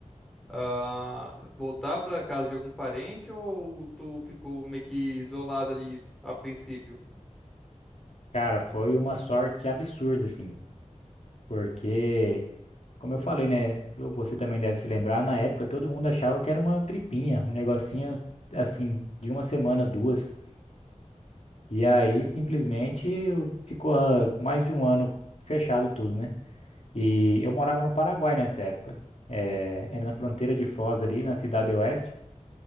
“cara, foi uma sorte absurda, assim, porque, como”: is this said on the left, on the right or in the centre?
Left